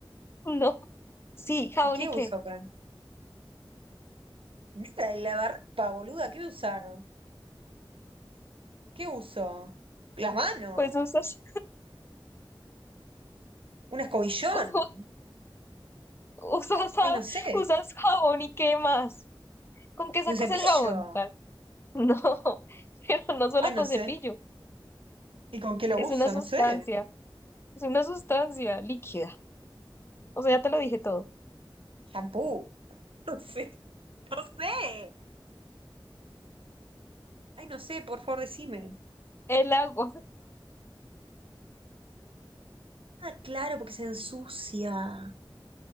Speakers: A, on the left; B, on the right.
A: No, sí, jabón
B: ¿Y qué
A: y
B: uso,
A: qué.
B: Fran? Nada, el lavarropa, boluda, ¿qué voy a usar? ¿Qué uso? Las manos,
A: Pues usas,
B: un escobillón,
A: <laughs> usas, ja-
B: ay, no sé,
A: usas jabón y qué más. ¿Con qué sacas
B: y un cepillo,
A: el jabón? Ah, No, <laughs> pero no solo
B: ay, no
A: con
B: sé.
A: cepillo.
B: ¿Y con qué lo
A: Es
B: uso?
A: una sustancia,
B: No sé.
A: es una sustancia líquida. O sea, ya te lo dije todo.
B: Shampoo. <laughs> No sé. No sé. Ay, no sé, por favor, decime.
A: El agua. <laughs>
B: Ah, claro, porque se ensucia.